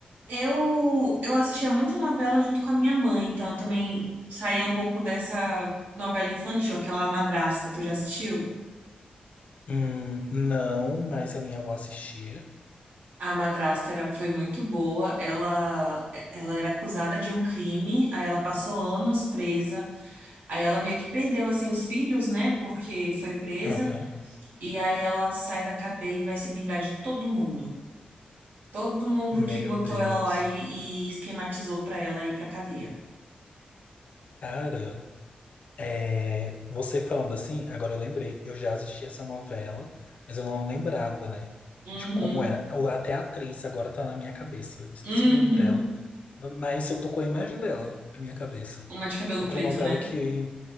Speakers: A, on the right; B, on the left.
A: Eu, eu assistia muita novela junto com a minha mãe, então eu também saía um pouco dessa novela infantil, aquela A Madrasta, tu já assistiu?
B: Hum, não, mas a minha avó assistia.
A: A Madrasta era, foi muito boa, ela, ela era acusada de um crime, aí ela passou anos presa, aí ela meio que perdeu, assim, os filhos, né, porque foi presa,
B: Aham.
A: e aí ela sai da cadeia e vai se vingar de todo mundo. Todo mundo
B: Meu
A: que botou
B: Deus.
A: ela lá e, e esquematizou pra ela ir pra cadeia.
B: Cara, É, você falando assim, agora eu lembrei, eu já assisti essa novela, mas eu não lembrava, né,
A: Uhum.
B: de como era. Ou Até a atriz agora tá na minha cabeça, esqueci
A: Uhum.
B: o nome dela, mas eu tô com a imagem dela na minha cabeça.
A: Uma de cabelo
B: Outra
A: preto,
B: novela
A: né?
B: que.